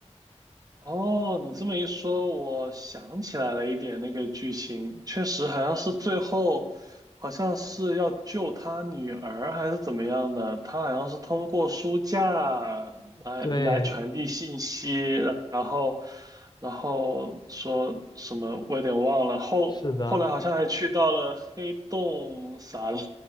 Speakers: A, on the right; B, on the left.
A: 哦，你这么一说，我想起来了一点那个剧情，确实好像是最后，好像是要救他女儿还是怎么样的，他好像是通过书架来来传递信息，
B: 对，
A: 然后然后说什么我有点忘了，后后来好像还去到了黑洞啥的，
B: 是的。
A: <laughs>